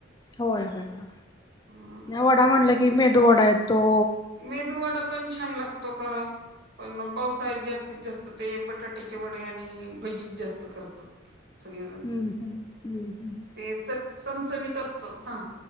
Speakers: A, on the left; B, on the right.
A: होय होय
B: हम्म.
A: वडा म्हणलं की मेध वडा येतो.
B: मेदूवाडा पण छान लागतो खर पण पावसाळ्यात जास्तीत जास्त ते बटाट्याचे वडे आणि भजी जास्त करतात. सगळेजण
A: हम्म हम्म हम्म हम्म
B: ते तर चमचमीत असतात ना